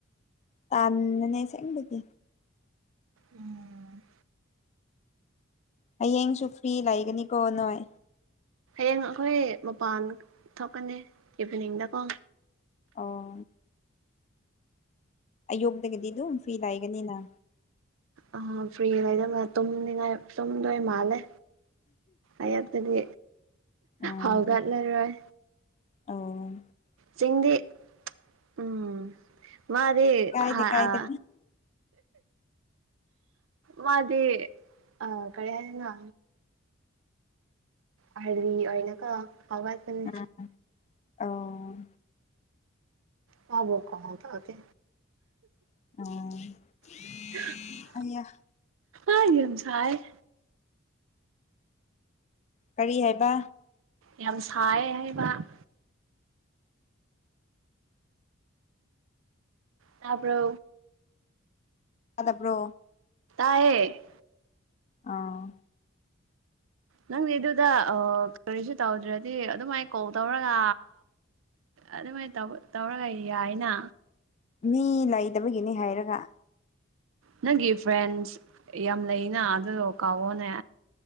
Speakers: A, on the left; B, on the right.
A: ꯇꯥꯟꯕꯅꯦ ꯑꯁꯦꯡꯕꯒꯤ
B: ꯎꯝ
A: ꯍꯌꯦꯡꯁꯨ ꯐ꯭ꯔꯤ ꯂꯩꯒꯅꯤꯀꯣ ꯅꯣꯏ
B: ꯍꯌꯦꯡ ꯑꯩꯈꯣꯏ ꯃꯄꯥꯟ ꯊꯣꯛꯀꯅꯤ ꯏꯚꯤꯅꯤꯡꯗꯀꯣ
A: ꯑꯣ ꯑꯌꯣꯛꯛꯇꯒꯗꯤ ꯑꯗꯨꯝ ꯐꯤ ꯂꯥꯛꯒꯅꯤꯅ
B: ꯑ ꯐ꯭ꯔꯤ ꯂꯩꯕꯗ ꯇꯨꯝꯅꯤꯡꯉꯥꯏ ꯇꯨꯝꯗꯣꯏ ꯃꯥꯜꯂꯦ ꯑꯌꯨꯛꯇꯗꯤ
A: ꯎꯝ
B: ꯍꯥꯎꯒꯠꯂꯔꯣꯏ
A: ꯑꯣ
B: ꯆꯤꯡꯗꯤ ꯎꯝ ꯃꯥꯗꯤ
A: ꯀꯥꯏꯗꯦ
B: ꯍꯥ
A: ꯀꯥꯏꯗꯦ
B: ꯑ ꯃꯥꯗꯤ ꯑ ꯀꯔꯤ ꯍꯥꯢꯁꯤꯔ ꯑꯥꯔꯂꯤ ꯑꯣꯢꯅ ꯀꯣ ꯍꯧꯒꯠꯄꯅꯦ
A: ꯎꯝ ꯑꯣ
B: ꯃꯥꯕꯨ ꯀꯃꯥꯢ ꯇꯧꯔꯒꯦ
A: ꯑꯣ
B: <inaudible>
A: ꯍꯩꯌꯥ
B: ꯑ ꯌꯥꯝ ꯁꯥꯏꯌꯦ
A: ꯀꯔꯤ ꯍꯥꯏꯕ
B: ꯌꯥꯝ ꯁꯥꯏꯌꯦ ꯍꯥꯏꯕ ꯇꯕ꯭ꯔꯣ
A: ꯇꯥꯗꯕ꯭ꯔꯣ
B: ꯇꯥꯢꯌꯦ
A: ꯑꯥ
B: ꯅꯪꯗꯤ ꯑꯗꯨꯗ ꯑ ꯀꯔꯤꯁꯨ ꯇꯧꯗ꯭ꯔꯗꯤ ꯑꯗꯨꯃꯥꯏꯅ ꯀꯣꯜ ꯇꯧꯔꯒ ꯑꯗꯨꯃꯥꯏꯅ ꯇꯧ ꯇꯧꯔꯒ ꯌꯥꯏꯅ
A: ꯃꯤ ꯂꯩꯇꯕꯒꯤꯅꯦ ꯍꯥꯏꯔꯒ
B: ꯅꯪꯒꯤ ꯐ꯭ꯔꯦꯟꯁ ꯌꯥꯝ ꯂꯩꯅ ꯑꯗꯨꯗꯣ ꯀꯥꯎꯑꯣꯅꯦ